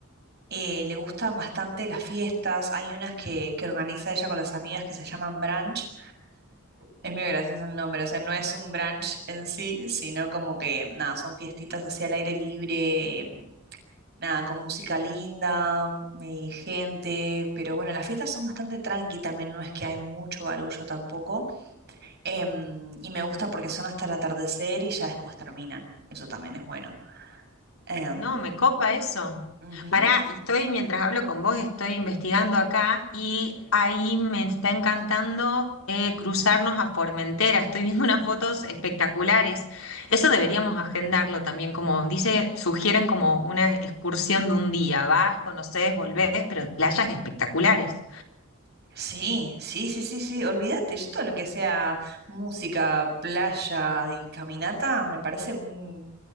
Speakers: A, on the right; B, on the left.
A: eh, le gustan bastante las fiestas. Hay unas que, que organiza ella con las amigas que se llaman brunch. Es muy gracioso el nombre, o sea, no es un brunch en sí, sino como que, nada, son fiestitas así al aire libre, em, nada, con música linda, eh, gente. Pero bueno, las fiestas son bastante tranqui también, no es que hay mucho barullo tampoco. Em, y me gusta porque son hasta el atardecer y ya después terminan. Eso también es bueno. Em,
B: No, me copa eso.
A: ujú.
B: Pará, y estoy, mientras hablo con vos, estoy investigando acá y ahí me está encantando eh, cruzarnos a Formentera. Estoy viendo unas fotos espectaculares. Eso deberíamos agendarlo también, como dice, sugieren como una excursión de un día. Vas, conoces, volvés, pero playas espectaculares.
A: Sí, sí, sí, sí, sí, olvídate. Yo todo lo que sea música, playa y caminata me parece un